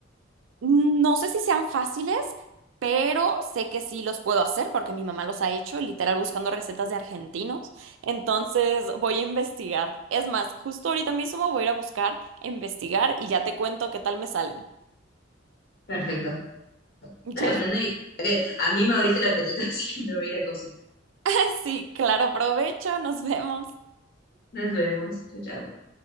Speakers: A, on the right; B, on the left.
A: No sé si sean fáciles, pero sé que sí los puedo hacer porque mi mamá los ha hecho, literal buscando recetas de argentinos. Entonces voy a investigar. Es más, justo ahorita mismo voy a ir a buscar, a investigar y ya te cuento qué tal me salen.
B: Perfecto.
A: Ya,
B: Hablando de- que A mí me abriste el apetito, <laughs> así que me voy a ir a cocinar.
A: <laughs> sí, claro, provecho, nos vemos.
B: Nos vemos. Chao, chao.